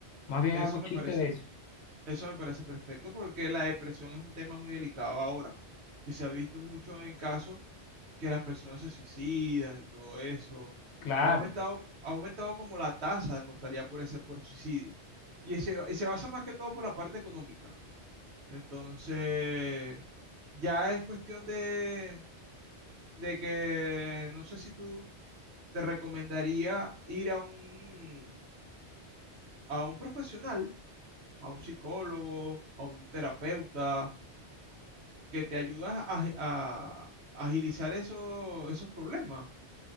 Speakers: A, on the left; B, on the right.
A: más bien
B: Eso
A: hago chiste
B: me parece,
A: de eso.
B: eso me parece perfecto porque la depresión es un tema muy delicado ahora y se ha visto mucho en casos que las personas se suicidan y todo eso.
A: Claro.
B: Ha aumentado, ha aumentado como la tasa de mortalidad por ese, por suicidio y, ese- y se basa más que todo por la parte económica. Entonces, ya es cuestión de, de que no sé si tú te recomendaría ir a un, a un profesional, a un psicólogo, a un terapeuta que te ayuda a, a- a agilizar eso- esos problemas.